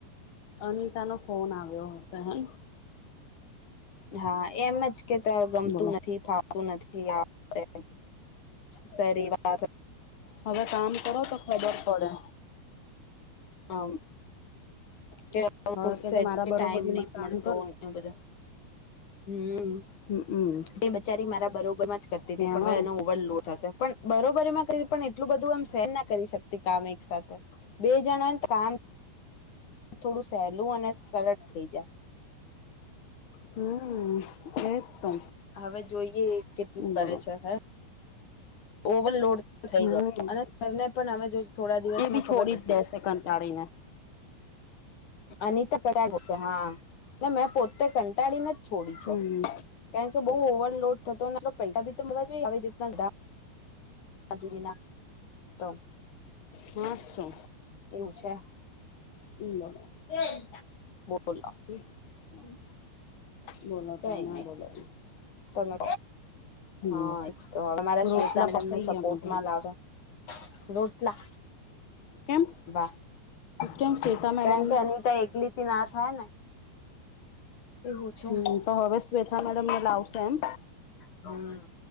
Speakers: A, on the left; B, on the left.
A: અનિતા નો ફોન આવ્યો હશે ને.
B: હા, એમ જ કે, ત ગમતું
A: બોલો
B: નથી, ફાવતું નથી આ. અ સદીવા.
A: હવે, કામ કરો તો ખબર પડે.
B: હમ. કે અ
A: હવે કે
B: સેજ
A: જે મારા
B: ટાઈમ
A: બરોબરીમાં
B: નહીં
A: કામ
B: મળતો
A: કર
B: બધા હમ,
A: હમમ
B: તે બચારી મારા બરોબર માં જ કરતી
A: કેવાનું
B: હતી, પણ હવે એનો ઓવરલોડ થતો છે, પણ બરોબરી એમાં કરીએ, પણ એટલું બધું એમ સહન ના કરી શકતી. કામ એક સાથે બે જણાય તો હા. થોડું સહેલું અને સરળ થઇ જાય.
A: હમ એજ તો
B: હવે, જોઈએ કેટલું કરે
A: બોલો
B: છે હે. ઓવરલોડ થઈ
A: હમ
B: ગયો, અને તેમને પણ હવે જો થોડા દિવસમાં
A: એ બી
B: ખબર
A: છોડી
B: પડશે
A: જ દેશે કંટાડી ને.
B: અનીત કર્યા હશે. હા, મેં પોતે કંટાળી નથી. છોડી છે.
A: હમ
B: કેમ? બઉુ ઓવરલોડ થતો ને, તો પૈસા ભી તો મળવા જોઈએ, આવી રીતના ધામ આ જુડીના ત.
A: પાસો.
B: છે.
A: ઉમા.
B: <unintelligible> બોલ
A: <inaudible>
B: <inaudible>
A: બોલો
B: કઈ
A: તમે
B: નહી
A: બોલો.
B: તમે.
A: હમ
B: હા, એક્સ તો હવે મારા શ્વેતા
A: રોટલા
B: મેડમને
A: પકાઈએ
B: સપોર્ટમાં
A: અમે તો
B: લાવો રોટલા
A: કેમ
B: બા
A: કેમ શ્વેતા મેડમને
B: કારણ કે અનીતા એકલીથી ના થાય ને એવું છે
A: હમ તો હવે શ્વેતા મેડમને લાવશે એમ
B: હમ